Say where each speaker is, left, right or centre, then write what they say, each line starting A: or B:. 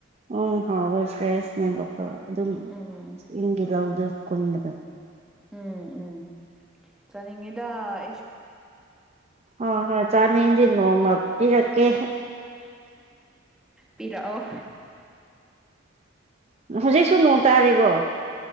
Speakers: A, on the right; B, in the centre.
A: ꯎꯪ ꯍꯥꯎꯋꯦ ꯐ꯭ꯔꯦꯁꯅꯦꯕꯀꯣ ꯑꯗꯨꯝ
B: ꯎꯝ
A: ꯆꯤꯡꯒꯤ ꯂꯧꯗ ꯀꯨꯟꯕꯗꯣ
B: ꯎꯝ ꯎꯝ ꯆꯅꯤꯡꯉꯤꯗ
A: ꯍꯣ ꯍꯣꯏ ꯆꯥꯅꯤꯡꯗꯤ ꯅꯣꯡꯃ ꯄꯤꯔꯛꯀꯦ
B: ꯄꯤꯔꯛꯑꯣ
A: ꯍꯧꯖꯤꯛꯁꯨ ꯅꯣꯡ ꯇꯥꯔꯤꯕꯣ